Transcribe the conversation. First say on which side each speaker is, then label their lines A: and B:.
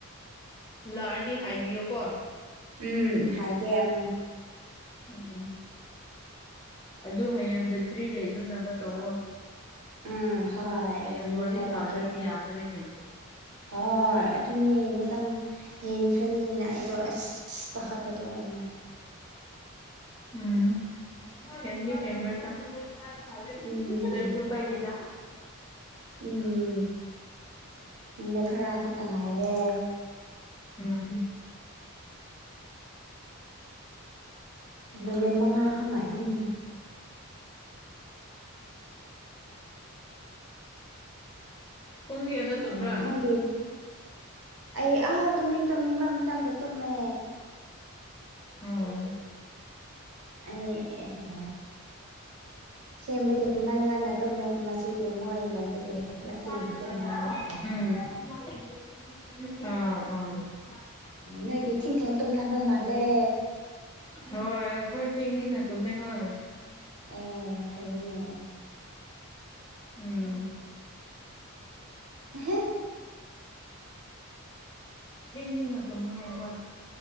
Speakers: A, on the left; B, on the right.
A: ꯂꯥꯛꯑꯗꯤ ꯍꯥꯏꯕꯤꯌꯣ ꯀꯣ
B: ꯎꯝ ꯍꯥꯏꯒꯦ ꯑꯝ
A: ꯎꯝ ꯑꯗꯨ ꯍꯌꯦꯡ ꯕꯦꯇ꯭ꯔꯤ ꯂꯩꯅꯅꯕ ꯇꯧꯋꯣ
B: ꯎꯝ ꯍꯣꯏ
A: ꯍꯌꯦꯡ
B: ꯂꯩꯅꯤꯕ
A: ꯋꯥꯔꯤ ꯁꯥꯗ꯭ꯔꯗꯤ
B: ꯇꯧꯒꯦ
A: ꯌꯥꯗ꯭ꯔꯦꯅꯦ
B: ꯍꯣꯏ ꯗꯨꯅꯦ ꯃꯇꯝ ꯍꯦꯟꯈ꯭ꯔꯅꯤꯅ ꯑꯩꯗꯣ ꯑꯁ ꯄꯥꯈꯠꯄꯗꯣ ꯑꯩꯅ
A: ꯎꯝ ꯍꯦꯟꯗꯤ ꯍꯦꯟꯂꯣꯏꯗ <unintelligible>
B: ꯎꯝ
A: ꯀꯩꯁꯨ ꯀꯥꯏꯗꯦꯗ
B: ꯎꯝ ꯅꯨꯃꯤꯠ ꯈꯔꯥ ꯈꯇꯪ ꯉꯥꯏꯔꯦ
A: ꯎꯝ <unintelligible>
B: ꯅꯨꯃꯤꯠꯅꯦ ꯃꯉꯥ ꯈꯛ ꯉꯥꯏꯔꯦꯅꯦ
A: ꯎꯝ ꯄꯨꯡ ꯀꯌꯥꯗ
B: ꯑꯣ
A: ꯇꯨꯝꯕ꯭ꯔꯥ
B: ꯅꯪꯒꯤ ꯑꯩ ꯑꯥꯥ ꯇꯨꯝꯅꯤꯡ ꯇꯨꯝꯅꯤꯡꯕ ꯃꯇꯝꯗ ꯇꯨꯝꯃꯦ
A: ꯎꯝ
B: ꯑꯩ ꯍꯦ ꯍꯦ ꯁꯦꯝꯕꯗꯤ ꯉꯟ ꯉꯟꯅ ꯇꯨꯝꯃꯦ ꯉꯁꯤꯗꯤ ꯃꯣꯏ ꯂꯩꯕꯒꯤ ꯈꯔ
A: ꯎꯝ
B: ꯊꯦꯡꯅ ꯇꯨꯝꯕ ꯍꯥꯏꯇꯥꯔꯦ
A: ꯑꯥ ꯑꯥ
B: ꯅꯣꯏꯗꯤ ꯊꯦꯡ ꯊꯦꯡꯅ ꯇꯨꯝꯅꯕ ꯃꯥꯜꯂꯦ
A: ꯍꯣꯏ ꯑꯩꯈꯣꯏ ꯊꯦꯡ ꯊꯦꯡꯅ ꯇꯨꯝꯃꯦ ꯍꯣꯏ
B: ꯑꯦ ꯐꯩꯌꯦꯅꯦ
A: ꯎꯝ
B: ꯑꯍꯦ
A: ꯊꯦꯡ ꯊꯦꯡꯅ ꯇꯨꯝꯃꯦ ꯑꯩꯈꯣꯏ